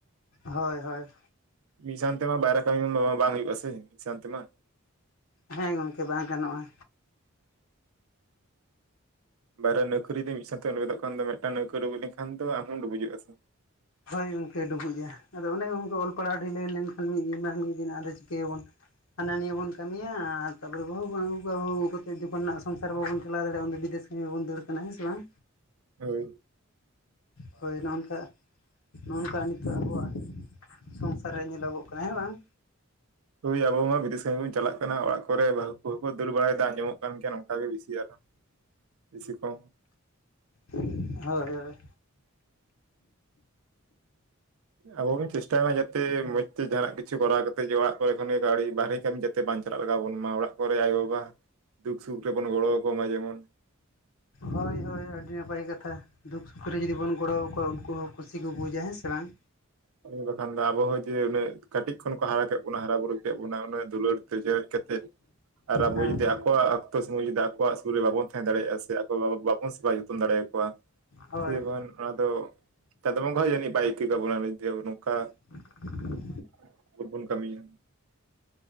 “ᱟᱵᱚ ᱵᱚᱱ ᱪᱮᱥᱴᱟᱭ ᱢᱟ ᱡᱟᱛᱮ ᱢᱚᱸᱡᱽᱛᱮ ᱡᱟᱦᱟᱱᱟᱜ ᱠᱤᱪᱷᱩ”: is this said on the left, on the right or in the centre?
Right